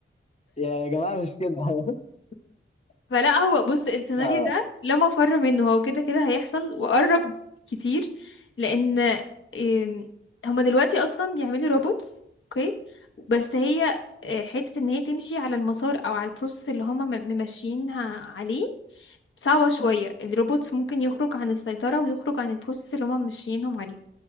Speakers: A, on the left (about 30°); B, on the left (about 70°).
A: يا يا جماعه مش كده <laughs>
B: فلا هو بص السيناريو
A: آه،
B: ده لا مفر منه هو كده كده هيحصل وقرب كتير لان إم، هما دلوقتي اصلا بيعملوا روبوتس اوكي بس هي آه، حتة ان هي تمشي على المسار او على البروسيس اللي هما م- ممشيينها عليه صعبة شوية الروبوت ممكن يخرج عن السيطرة ويخرج عن البروسيس اللي هما ماشيينهم عليه